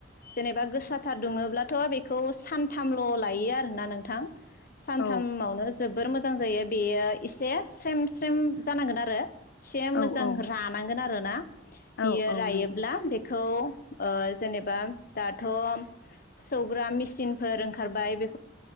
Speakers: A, on the left; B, on the left.
A: जेनेबा गोसाथार दुङोब्लाथ' बेखौ सानथामल' लायो आरोना नोंथां। सानथामावनो
B: औ
A: जोबोर मोजां जायो बेयो एसे स्रेम स्रेम जानांगोन आरो। एसे मोजां
B: औ औ
A: रानांगोन आरोना
B: औ
A: बियो
B: औ
A: रायोब्ला
B: नंगौ
A: बेखौ। ओ जेनेबा दाथ' सौग्रा मेसिनफोर ओंखारबाय बे।